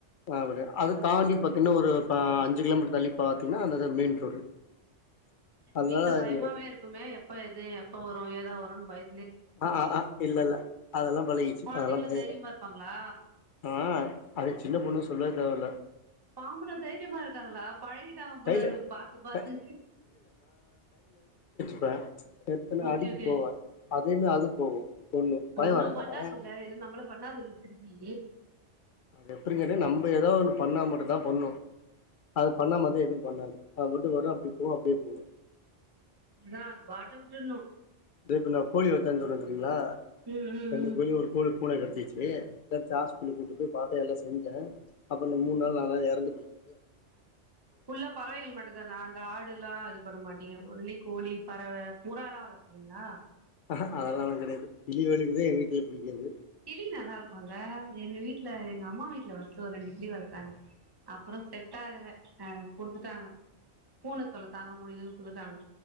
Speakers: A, on the left (about 55°); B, on the right (about 20°).
A: ஆஹ் அது தாண்டி பத்து இன்னொரு பா அஞ்சு கிலோமீட்டர் தள்ளி பாத்தீங்கன்னா அந்ததா மேன் ரோடு அதனால
B: வீட்ல பயமாவே
A: எங்க
B: இருக் க்குமே எப்ப எது எப்ப வரு ஏதா வரு பய
A: ஆஹ் ஆ ஆ இல்லல்ல அதெல்லா பழகிச்சு
B: கொழந்தைங்கல்லா
A: அதெல்லா பயல்ல
B: தைரியமா இருப்பாங்களா
A: ஆஹ் அது சின்ன பொண்ணு சொல்லவ தேவல
B: பாம்புட தைரியமா இருக்காங்களா பழகிட்டாங்க போலருக்கு
A: கைல
B: பாத்து பாத்து
A: க இப்ப எத்தன
B: ஓகே
A: அடிக்கு
B: ஓகே
A: போவா <unintelligible> அது போகு பய
B: ஒண்ணும்
A: வர
B: பண்ணாதில்ல
A: மாட்டா
B: இது நம்பள பண்ணாதில்ல திருப்பீ
A: எப்டி கேட்ட நம்ப எடோ ஒண்ணு பண்ணா மட்டுந்தா பண்ணு அது பண்ணா
B: ம்
A: மாதி எதுவு பண்ணாது அ மொண்டு வரோ அப்டி போ அப்டே போங்க
B: அப்டிதா அது பாட்ட விட்டுர்னோ
A: தே இப்ப நா கோழி வளத்தேன்னு சொன்ன தெரியுங்ளா
B: ம் ம்
A: ரெண்டு கோழி ஒரு கோழிய பூன கடிச்சிச்சு வே தச் ஹாஸ்பிட்டலுக்கு கூட்டுப் போய் பாத்தே எல்லா செஞ்சே அப்பன
B: ம்
A: மூன்
B: ம்
A: நாள் நால் நாள்ல அது எறந்து போயிரோ
B: ஃபுல்லா பறவைகள் மட்டுந்தானா அந்த ஆடுலா இது பண்ண மாட்டீங்க ஒன்லி கோழி பறவ புறாலா வளக்குறீங்களா
A: அக்ஆ அதெல்லானா கெடையாது திலிவாளிக்கு இதே எங்ளுக்கு புடிக்காது
B: கிளி நல்லாருக்கோல எங்க வீட்ல எங்க அம்மா வீட்ல வர்ஸ்ட் ஒரு ரெண்டு கிளி வளத்தாங்க அப்புறோ செட்டாகல ஆ குடுத்துட்டாங்க பூன தொல்ல தாங்க முடியலன்னு குடுத்துட்டாங்க